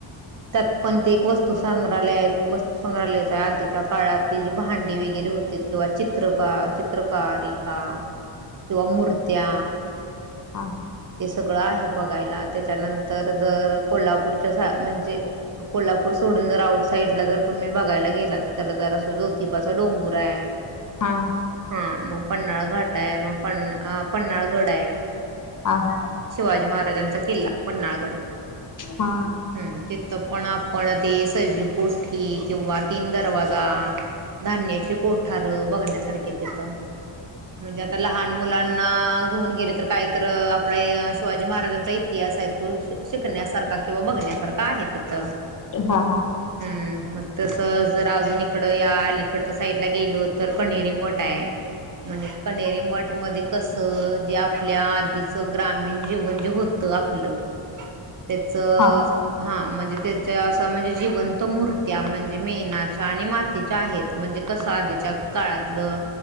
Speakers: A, on the right; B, on the left.
A: त्यात पण ते एक वस्तू संग्रहालय आय वस्तूसग्रहालयच आहे आधीच्या काळात ती जी भांडी वगैरे होती किंवा चित्रका चित्रकारिका किवा मुर्त्या
B: हा हा.
A: ते सगळं आहे बघायला त्याच्यानंतर जर कोल्हापूरच्या सा म्हणजे कोल्हापूर सोडून जर आउट साइडला जर तुम्ही बघायला गेलात तर जर असं ज्योतिबाचा डोंगूर आहे. <unintelligible>
B: हा.
A: हा मग पन्नाळ घाट आहे मग पन पन्नाळगड आहे.
B: आह
A: शिवाजी महाराजांचा किल्ला पन्हाळगड
B: हा
A: हम्म तिथं त पण आपण ते सजी गोठी किंवा तीन दरवाजा धान्याचे कोठार बघण्यासारखे तिथं म्हणजे आता लहान मुलांना घेऊन गेले तर काय अ आपल्या शिवाजी महाराजांचा इतिहास आहे तो शिकण्यासारखा किंवा बघण्यासारखा आहे तिथं
B: हा हा
A: हम्म मग तस जर अजून इकडं या अलीकडच्या साईडला गेलो तर कणेरी मठ आहे. म्हणजे कनेरीे मठ मध्ये कस जे आपल्या आ आधीच ग्रामीण जीवन जे होत आपलं त्याच
B: हा
A: हा म्हणजे त्याच असं म्हणजे जिवंत मूर्त्या म्हणजे मेणाच्या आणि मातीच्या आहेत. म्हणजे कसं आधीच्या काळातलं